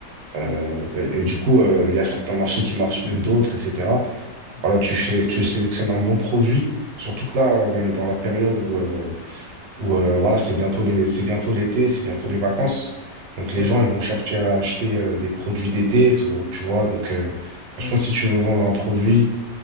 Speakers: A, on the right (about 80°); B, on the right (about 55°).
A: Euh,
B: oui,
A: et, et du coup, euh, il y a certains marchés qui marchent mieux que d'autres, etc.
B: oui,
A: Voilà, tu, sé- tu sélectionnes un bon produit, surtout que là, euh, on est dans la période où, euh, où euh, voilà, c'est bientôt les, c'est bientôt l'été, c'est bientôt les vacances. Donc les
B: oui,
A: gens, ils vont chercher à acheter euh, des produits d'été, tout, tu vois. Donc euh,
B: oui.
A: je pense que si tu veux vendre un produit